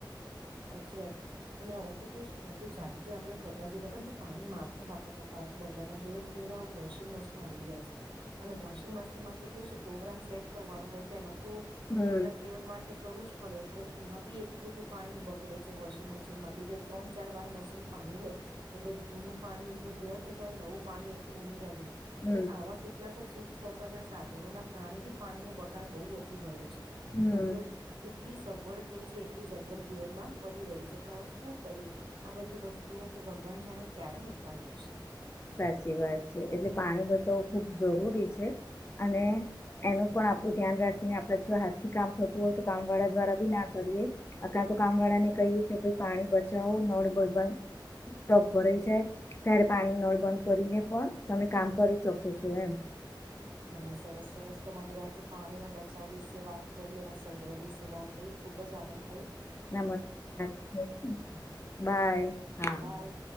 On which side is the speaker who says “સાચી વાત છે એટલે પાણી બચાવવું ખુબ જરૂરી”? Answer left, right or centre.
Left